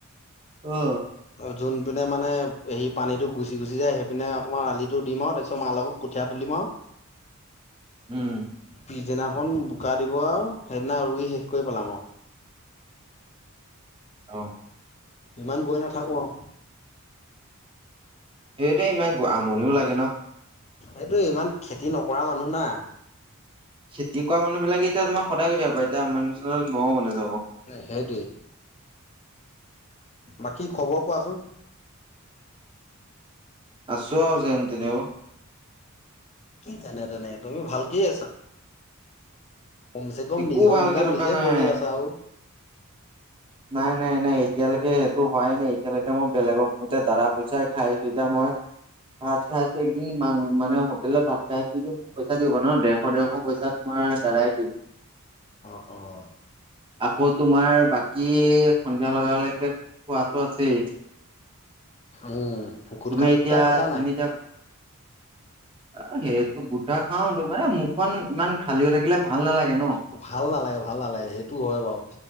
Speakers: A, on the right; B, on the left.
A: অ।
B: অ যোন পিনে মানে হেৰি পানীতটো গুচি গুচি যায় সেইপিনে অকণমান আলিটো দিম আৰু তাৰপিছত মা লগত। কঠীয়া তুলিম আৰু।
A: উম
B: পিছদিনাখন বোকা দিব আৰু সেইদিনা ৰুই শেষ কৰি পেলাম আৰু।
A: অ।
B: ইমান গৈ নাথাকো আৱ।
A: সেতু ইমান আমনিও লাগে ন।
B: এইটো ইমান খেতি নকৰা মানুহ না।
A: খেতি কৰা মানুহ বিলাকে এতিয়া তোম সদায় গৈ থাকিব পাৰে, এতিয়া মানুহজন নও মাননে নাযাব।
B: সেইটোৱেই। বাকী খবৰ কোৱাচোন?
A: আছো, অ ' যেনে তেনে।
B: তেনে তেনে তুমি ভালকে আছা। কমচে কম
A: একো
B: নিজৰ
A: ভালকে
B: ইনকাম
A: থকা
B: নিজে
A: নাই।
B: কৰি আছা আৰু
A: নাই নাই নাই এতিয়ালৈকে সেইটো হোৱাই নাই এতিয়ালৈকে মই বেলেগক মৈতে দাৰা পচাই খাই আছো এতিয়া মই ভাত খাইছেো একদিন মানে হোটেলত ভাত খাই আছেটো মোক পইচা দিবা ন দে স ডেৰশ পইচা তোমাৰ দাদাই দিয়ে।
B: অ' অ'
A: আকৌ তোমাৰ বাকী সন্ধিয়া লগালৈকে খোৱাাতটো আছেই।
B: উম গুটখা-চুটখা
A: তুমি এতিয়া,
B: খাচা
A: তুমি
B: নাই?
A: এতিয়া অ' সেইটো গোটা খাওতো মানে মুখখন ইমান খালী হৈ থাকিলে ভাল নালাগে ন।
B: ভাল নালাগে ভাল নালাগে সেইটো হয় বাৰু